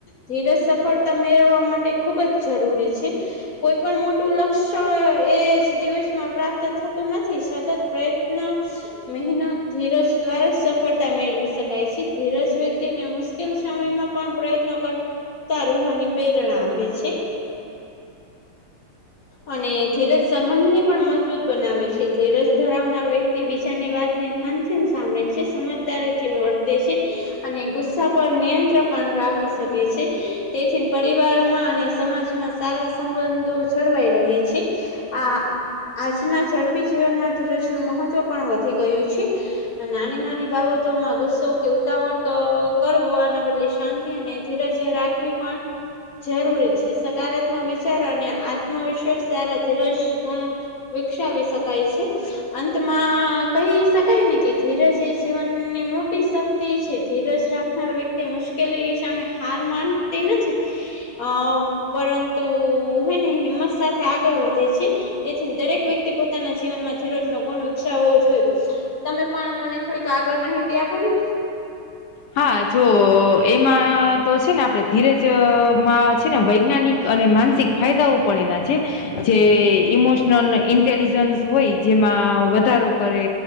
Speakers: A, on the left; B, on the left.
A: ધીરજ સફળતા મેળવવા માટે ખુબ જ જરૂરી છે કોઈ પણ મો મોટું લક્ષણ એજ દિવસમાં પ્રાપ્ત થતું નથી સતત પ્રયત્ન મહેનત ધીરજ દ્વારા સફળતા મેળવી શકાય છે ધીરજ વ્યક્તિ ને મુ શકિલ સમયમાં પણ પ્રયત્નો કરતા રહેવાની પ્રેરણા આપે છે. અને ધીરજ સંબંધને પણ મજબૂત બનાવે છે ધીરજ ધરાવનાર વ્યક્તિ તે બીજાની વાતને ધ્યાનથીન સાંભળે છે સમજદારી થીન વર્તે છે. અને ગુસ્સા પર નિયંત્ર પણ રાખી શકે છે તેથી પરિવારમાં અને સમાજમાં. સારા સંબંધો જળવાઈ રહે છે આ. આજના ઝડપી જીવનમાં ધીરજનું મહત્વ પણ વધી ગયું છે. નાની નાની બાબતોમાં ગુસ્સો કે ઉતાવળ તો કરવો આના બદલે શાંતી અને ધીરજ રાખ. ખ્વી પણ જરૂરી છે. સકારાત્મક વિચારો અને આ આત્મવિશ્વાસ દ્વારા ધીરજ ગુણ વિકસાવી શકાય છે. અંતમાં કહી શકાય ને કે ધીરજ એ જીવનની મોટી શક્ તી છે ધીરજ રાખનાર વ્યક્તિ મુશ્કેલી સામે હાર માનતી નથી અ પરંતુ હે, ને. હિંમત સાથે આગળ વધે છે તેથી દરેક વ્યક્તિ પોતાના જીવનમાં. ધીરજનો ગુણ વિકસાવો જોઈએ. તમે પણ મને થોડીક આગળ માહિતી આપો ને.
B: હા જો એમાં તો છે ને આપણેે ધીરજમાં છે ને વૈજ્ઞાનિક. અને માનસિક ફાયદાઓ પણ એના છે. જે ઈમોશનલ ને ઇન્ટેલિજન્સ હોય જેમાં વધારો કરે.